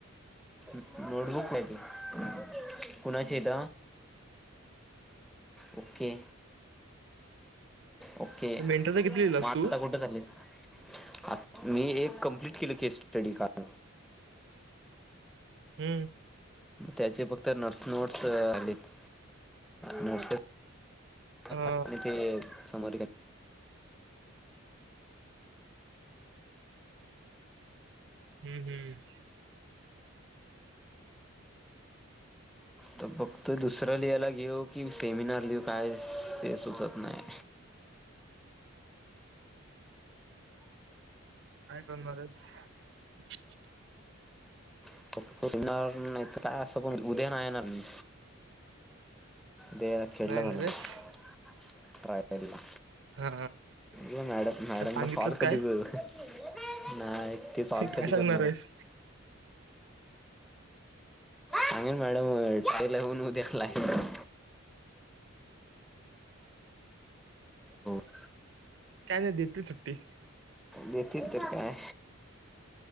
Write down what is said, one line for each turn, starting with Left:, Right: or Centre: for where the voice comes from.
Centre: नोटबुक माती कुणाची येत ओके ओके.
Right: मेंटलचा किती लिहिलास
Centre: म् आता
Right: तू
Centre: कुठे चाललीस? आ मी एक कंप्लीट केलं की स्टडी काल.
Right: हम्म
Centre: त्याचे फक्त नर्स नोट्स आलेत. नोट्स आणि
Right: हा
Centre: ते <inaudible>
Right: हम्म हम्म
Centre: तर बघतोय दुसरं लिहायला घेऊ कि सेमिनर लिहू काय ते सुचत नाही
Right: काय करणार आहेस?
Centre: <inaudible> नाही तर काय अस् उद्या नाही येणार मी. देअर खेडला
Right: नाही
Centre: जाणार
Right: ना रेस
Centre: आहे मी ट्रायला
Right: हा
Centre: ब मॅडम मॅडमनां
Right: आज सांगितलंस
Centre: कॉल कधी
Right: काय
Centre: <inaudible> <inaudible> नाय ते कॉल
Right: काय
Centre: कधी
Right: सांगणार
Centre: करणार?
Right: आहेस
Centre: सांगल मॅडम टेलऊन उद्या दे्या ला <unintelligible> <inaudible>
Right: काय <unintelligible> देते सुट्ट- ते
Centre: देतील तर काय?